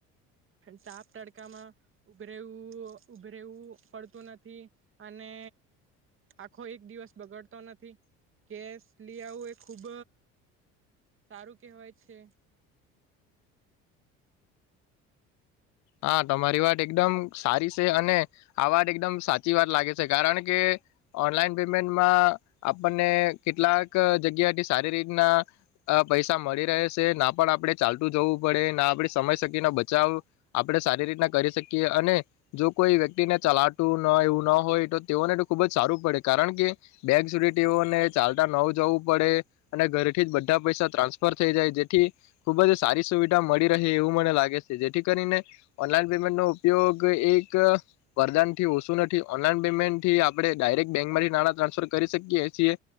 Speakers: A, on the right; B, on the left.
A: ટાપતાડ માં ઉભરેું ઉભરેવું પડતું નથી, અને આખો એક દિવસ બગડતો નથી, કેસ લ આવું એ ખૂબ સારું કેહેવાય છે.
B: હા તમારી વાત એકદમ સારી છે અને, આ વાત એકદમ સાચી વાત લાગે છે કારણ કે ઓનલાઈન પેમેન્ટમાં આપણને કેટલાક જગ્યા થી સારી રીતના પૈસા મળી રહે છે, ના પણ આપણે ચાલતું જવું પડે ના આપણે સમય સકીનો બચાવ આપણે સારી રીતના કરી શકીએ અને, જો કોઈ વ્યક્તિને ચલાતું ન એવું ના હોય તો તેઓને તો ખૂબ જ સારું પડે કારણ કે, બેગ સુધી તેઓને ચાલતા ન જવું પડે, અને ઘરથી જ બધા પૈસા ટ્રાન્સફર થઈ જાય જેથી, ખૂબ જ સારી સુવિધા મળી રહે એવું મને લાગે છે જેથી કરીને ઓનલાઈન પેમેન્ટ નો ઉપયોગ એક વરદાન થી ઓછું નથી ઓનલાઈન પેમેન્ટ થી આપણે ડાયરેક્ટ બેંકમાંથી નાણાં ટ્રાન્સફર કરી શકીએ છીએ,